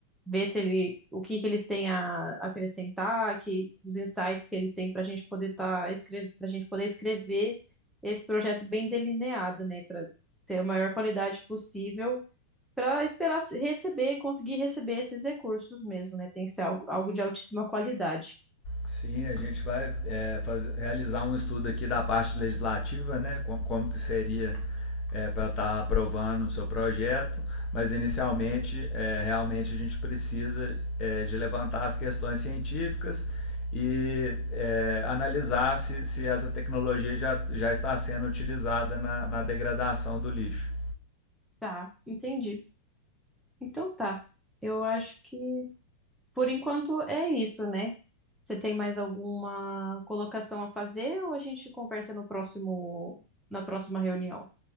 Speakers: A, in the centre; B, on the left.
A: ver se ele, o que que eles têm a acrescentar, que os insights que eles têm para a gente poder tá, escrever, para gente poder escrever esse projeto bem delineado, né, para ter a maior qualidade possível. Para esperar se- receber, conseguir receber esses recursos mesmo, né? Tem que ser algo algo de altíssima qualidade.
B: Sim, a gente vai é, fazer, realizar um estudo aqui da parte legislativa, né? com- Como, que seria é, para estar aprovando o seu projeto, mas inicialmente, é, realmente a gente precisa é, de levantar as questões científicas e é, analisar se, se essa tecnologia já, já está sendo utilizada na, na degradação do lixo.
A: Tá, entendi. Então tá. Eu acho que por enquanto é isso, né? Você tem mais alguma colocação a fazer ou a gente conversa no próximo, na próxima reunião?